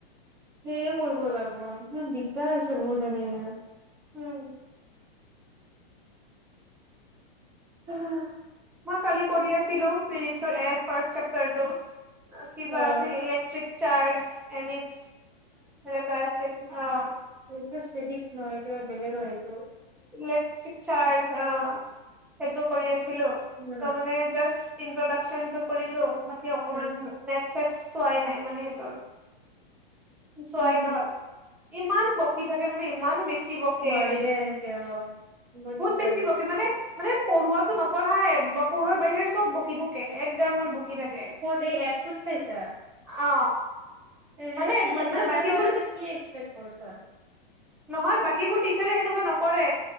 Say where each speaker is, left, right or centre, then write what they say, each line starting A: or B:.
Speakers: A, on the right; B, in the centre.
A: সেইয়ে কৰিব লাগিব ইমান দিগদাৰ হৈছে বহুত সেনেকে।
B: উম।
A: উম।
B: মই কালি কৰি আছিলো ফিজিক্সৰ এ ৰ্ফাষ্ট চেপতাৰটো। আ কিবা
A: অ
B: আছিল ইলেক্ট্ৰিক চাৰ্জ। এম ইটছ সেনেকোৱা আছিল অ'।
A: <unintelligible> দিশ নহয় কিবা বেলেগ হয় সেই
B: ইলেক্ট্ৰিক চাৰ্জ অহ, সেইটো কৰি আছিলো
A: উম
B: ত' মানে জাস্ট স্কিন প্ৰডা চন টো কৰিলো। এই অকমান
A: উম
B: মেটচ চেট চোৱাই নাই মানে সিটোৰ। চোৱাই
A: উম
B: নহয়, ইমান ব কি থাকে মানে ইমান বেছি বকে
A: নোৱাৰি দে। অ', বহুত দিগদাৰ
B: বেছি
A: হয়।
B: বকে মানে মানে পঢ়োৱাতো নপঢ়াই বা পঢ়াৰ বাহিৰে চব বকি থাকে একগান মান বকি থাকে
A: ক'ত এই এপটোত চাইছা?
B: অ
A: এ
B: মানে মানে
A: তাতেতো
B: বাকীবোৰ,
A: আৰু তই কি এক্সপেক্ট কৰিছা
B: নহয় বাকীবোৰ টিচাৰে সেনেকুৱা ন কৰে